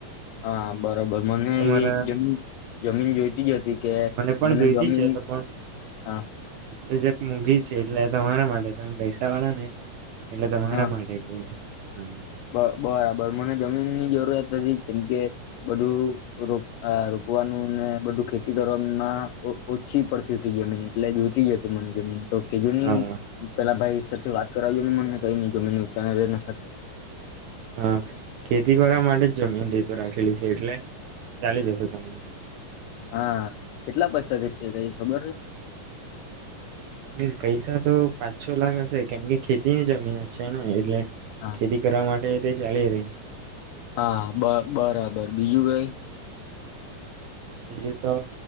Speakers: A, on the left; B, on the right.
A: હા બરોબર મને
B: તમારા
A: એવી એક જમીન જમીન જોઈ તી અતી કે
B: પણ
A: મને
B: જોઈતી
A: જમીન
B: છે તો પણ
A: હા
B: તે જક મુંઘી છે એટલે તમારા માટે તમ પૈસા વાળા ને એટલે તમારા
A: હા
B: માટે કેય હમ્મ
A: બ બરાબર મને જમીનની જરૂરત હતી કેમકે બધું રો અ રોપવાનું ને બધું ખેતી કરવામાં ઓ-ઓછી પડતી હતી જમીન એટલે જોઈતી જ હતી મન જમીન તો કેજૂન
B: હા
A: પેલા ભાઈ સાથે વાત કરાવ્યું ને મન કઈ નઈ જમીન <unintelligible> એના સાથે
B: હા ખેતી કરવા માટે જ જમીન તે તો રાખેલી છે એટલે ચાલી જશે તમને
A: હા અ કેટલા પૈસા છે કઈ ખબર હ
B: અમ્મ પૈસા તો પાંચ છો લાખ હશે કેમ કે ખેતીની જમીન હછે ને એટલે
A: હા
B: ખેતી કરવા માટે તે ચાલી રેય
A: હા બ બરાબર બીજું કઈ?
B: બીજું તો